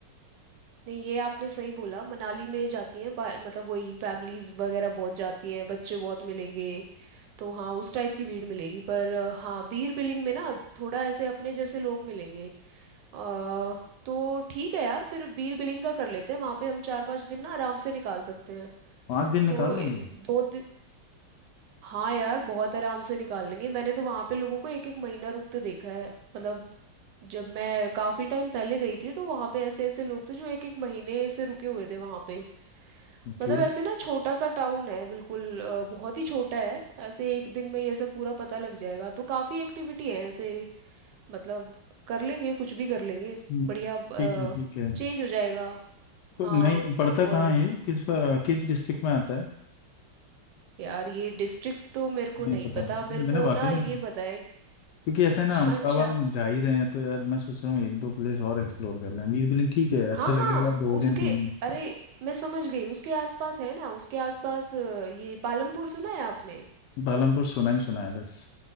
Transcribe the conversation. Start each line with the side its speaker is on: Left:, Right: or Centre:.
Right: नहीं ये आपने सही बोला मनाली में जाती हैं पा- मतलब वही फैमिलीज वगैरह बहुत जाती हैं बच्चे बहुत मिलेंगे तो हाँ उस टाइप की भीड़ मिलेगी पर अ, हाँ बीयर बिलिंग में ना थोड़ा ऐसे अपने जैसे लोग मिलेंगे अ, तो ठीक है यार फिर बीयर बिलिंग का कर लेते हैं वहाँ पे हम चार पांच दिन ना आराम से निकाल सकते हैं
Left: पाँच दिन निकाल
Right: तो
Left: लेंगे
Right: ए, दो हाँ यार बहुत आराम से निकाल लेंगे मैंने तो वहां पे लोगों को एक एक महीना रुकते देखा है मतलब जब मैं काफी टाइम पहले गई थी तो वहां पे ऐसे ऐसे लोग थे जो एक एक महीने से रुके हुए थे वहां पे
Left: ओके
Right: मतलब ऐसे ना छोटा सा टाउन है बिल्कुल अ, बहुत ही छोटा है ऐसे एक दिन में ये सब पूरा पता लग जाएगा तो काफी एक्टिविटी है ऐसे मतलब कर लेंगे कुछ भी कर लेंगे
Left: हम्म,
Right: बढ़िया
Left: ठीक है ठीक है
Right: चेंज हो जाएगा
Left: तो
Right: हाँ
Left: नहीं पड़ता
Right: और
Left: कहाँ है ये किस किस डिस्ट्रिक्ट में आता है
Right: यार ये डिस्ट्रिक्ट तो मेरे को
Left: नहीं
Right: नहीं
Left: पता
Right: पता
Left: मैंने
Right: मेरे को
Left: वाकई
Right: ना ये
Left: में
Right: पता है
Left: क्योंकि ऐसा है ना
Right: <laughs>
Left: हम
Right: अच्छा
Left: अब हम जा ही रहे हैं तो यार मैं सोच रहा हूँ एक दो प्लेस और एक्सप्लोर कर लें बीर बिलिंग ठीक है
Right: हाँ
Left: अच्छा लगेगा
Right: हाँ
Left: दो
Right: उसके
Left: दिन तीन दिन
Right: अरे मैं समझ गई उसके आसपास है ना उसके आसपास अ, ये पालमपुर सुना है आपने
Left: पालमपुर सुना ही सुना है बस